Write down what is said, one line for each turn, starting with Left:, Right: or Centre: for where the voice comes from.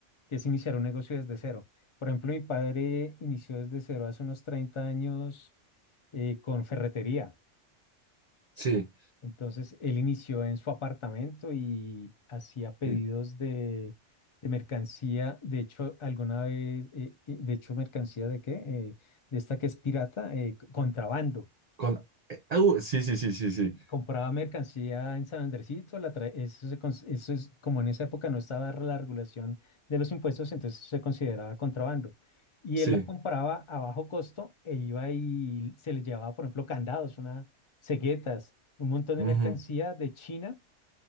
Left: que es iniciar un negocio desde cero. Por ejemplo, mi padre inició desde cero hace unos 30 años eh, con ferretería.
Right: sí,
Left: Entonces, él inició en su apartamento y hacía pedidos
Right: y
Left: de, de mercancía. De hecho, alguna vez, eh, eh, de hecho, mercancía de qué? Eh, de esta que es pirata, eh, c- contrabando.
Right: con, eh, au, sí, sí, sí, sí, sí,
Left: Compraba mercancía en San Andresito, la tra- eso, se cons- eso es como en esa época no estaba la regulación de los impuestos, entonces se consideraba contrabando. Y
Right: sí,
Left: él la compraba a bajo costo e iba y se le llevaba, por ejemplo, candados, una, ceguetas, un montón de
Right: ujú.
Left: mercancía de China